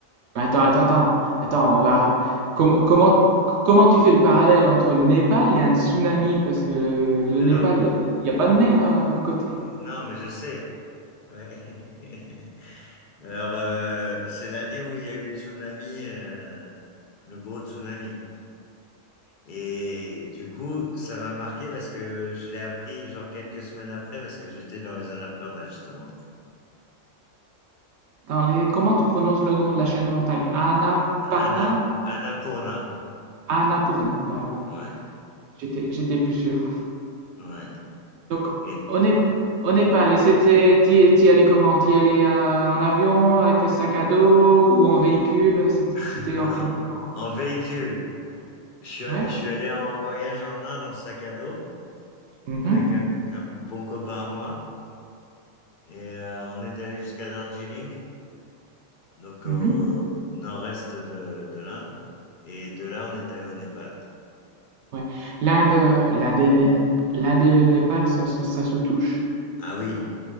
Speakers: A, on the right; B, on the left.
A: Attends,
B: Enfin,
A: attends, attends. Attends, on va. Comment, comment, comment tu fais le parallèle entre le Népal et un tsunami? Parce que le, le
B: alors,
A: Népal, il n'y a, il y a pas de mer euh, à côté.
B: euh, non, mais je sais. ouais. <laughs> Alors, euh, c'est l'année où il y a eu le tsunami, euh, le gros tsunami. Et du coup, ça m'a marqué parce que je l'ai appris genre quelques semaines après parce que j'étais dans les Annapurna, justement.
A: Dans les... Comment tu prononces le nom de la chaîne de montagne? Annapurna?
B: Anna, Annapurna.
A: Annapurna. Ouais, ouais.
B: Ouais.
A: J'étais, j'étais plus sûr.
B: Ouais.
A: Donc,
B: Et
A: au Nép- au Népal, et c'était, t'y, t'y allais comment? T'y allais euh, en avion, avec sac à dos ou en véhicule? C'est- C'était
B: <laughs>
A: organisé
B: en,
A: comment?
B: en véhicule, je suis,
A: Ouais?
B: je suis allé en voyage en Inde en sac à dos
A: Mhm,
B: avec un, un bon copain à moi et euh, on est allé jusqu'à Darjeeling, donc
A: mhm.
B: au nord-est de, de l'Inde. Et de là, on est allé au Népal.
A: Ouais. L'Inde, euh, l'Inde et l'Inde et le Népal, ça, ça, ça se touche?
B: Ah oui,